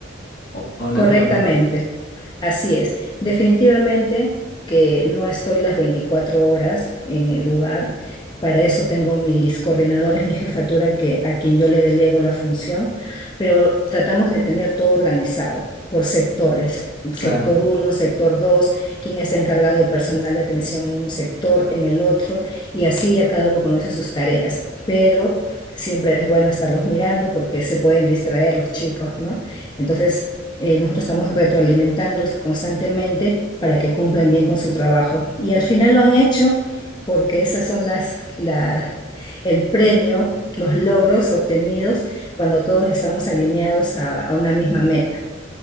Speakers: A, on the left (about 55°); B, on the left (about 25°).
A: o, o no,
B: Correctamente,
A: o no.
B: así es. Definitivamente que no estoy las 24 horas en el lugar. Para eso tengo mis coordinadores, mi jefatura, que, a quien yo le delego la función, pero tratamos de tener todo organizado por sectores. El Sector
A: Claro.
B: uno, sector 2, quien está encargado del personal de atención en un sector, en el otro, y así ya cada uno conoce sus tareas. Pero siempre es bueno estarlos mirando porque se pueden distraer los chicos, ¿no? Entonces, eh, nosotros estamos retroalimentándolos constantemente para que cumplan bien con su trabajo. Y al final lo han hecho porque esas son las, la- el premio, los logros obtenidos cuando todos estamos alineados a, a una misma meta.